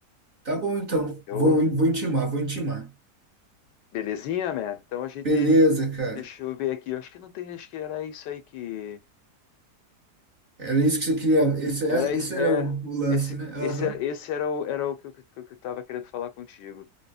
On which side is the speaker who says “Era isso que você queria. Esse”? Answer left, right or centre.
Right